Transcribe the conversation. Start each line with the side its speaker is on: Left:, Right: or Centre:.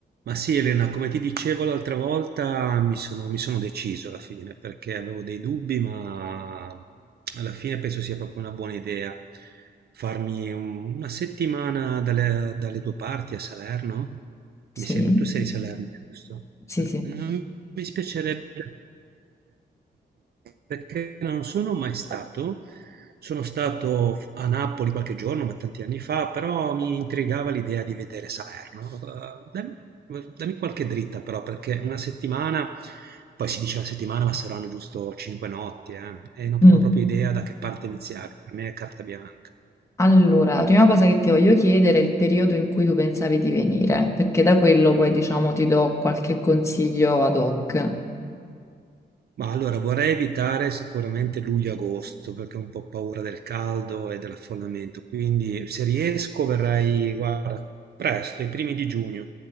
Right: Ma sì, Elena, come ti dicevo l'altra volta, mi sono, mi sono deciso alla fine perché avevo dei dubbi, ma alla fine penso sia proprio una buona idea farmi un- una settimana dalle, dalle tue parti a Salerno.
Left: Sì,
Right: Mi sembra, tu sei di Salerno, giusto?
Left: sì, sì.
Right: Eh, Non mi spiacerebbe perché non sono mai stato. Sono stato a Napoli qualche giorno, ma tanti anni fa, però mi intrigava l'idea di vedere Salerno. Eh, dammi, dammi qualche dritta però, perché una settimana, poi si dice una settimana, ma saranno giusto cinque notti, eh, e non,
Left: Mm.
Right: non ho proprio idea da che parte iniziare. Per me è carta bianca.
Left: Allora, la prima cosa che ti voglio chiedere è il periodo in cui tu pensavi di venire, perché da quello poi, diciamo, ti do qualche consiglio ad hoc.
Right: Ma allora vorrei evitare sicuramente luglio-agosto perché ho un po' paura del caldo e dell'affollamento, quindi se riesco verrei, guarda, presto, i primi di giugno,